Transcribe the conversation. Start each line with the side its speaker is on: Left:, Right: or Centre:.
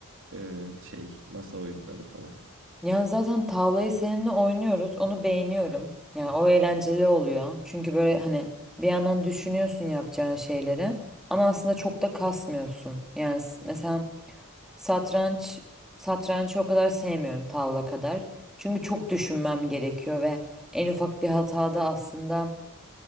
Right: e, şey masa oyunları falan?
Centre: Yani zaten tavlayı seninle oynuyoruz. Onu beğeniyorum. Yani o eğlenceli oluyor. Çünkü böyle hani bir yandan düşünüyorsun yapacağın şeyleri ama aslında çok da kasmıyorsun. Yani s- mesela satranç satrançı o kadar sevmiyorum tavla kadar. Çünkü çok düşünmem gerekiyor ve en ufak bir hatada aslında